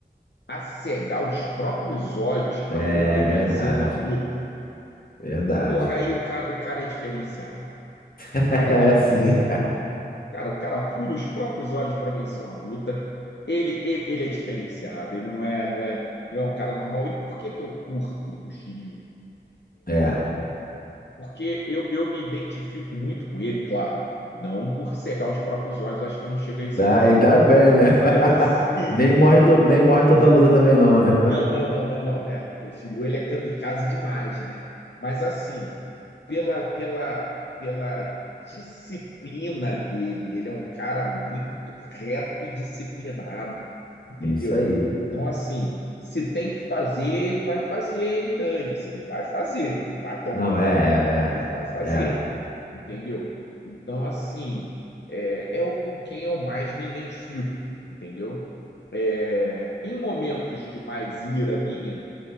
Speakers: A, on the left; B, on the left.
A: a cegar os próprios olhos para
B: É,
A: poder
B: verdade.
A: vencer uma luta,
B: Verdade.
A: porra, aí o cara, o cara é diferenciado.
B: <laughs>
A: O cara
B: É,
A: é diferenciado.
B: sim.
A: Cara, o cara fura os próprios olhos para vencer uma luta. Ele, ele, ele é diferenciado, ele não é, não é, não é um cara normal. E por que que eu curto o Shiryu?
B: É.
A: Porque eu, eu me identifico muito com ele, claro. Não por cegar os próprios olhos, acho que eu não chego a esse
B: Ah,
A: ponto.
B: ainda bem, né? <laughs>
A: Mas assim, <laughs>
B: Nem morre, todo, nem morre toda
A: né?
B: a luta também, não, né?
A: Não, não, não, não, não. É, porque o Shiryu ele é kamikaze demais, né? Mas assim, pela, pela, pela disciplina dele, ele é um cara muito reto e disciplinado, entendeu?
B: <laughs> Isso aí.
A: Então, assim, se tem que fazer, ele vai fazer e dane-se, ele vai fazer, vai até o
B: Não,
A: final
B: é,
A: e vai fazer
B: é, é. É.
A: entendeu? Então, assim, é, é o com quem eu mais me identifico, entendeu? É, em momentos de mais ira minha,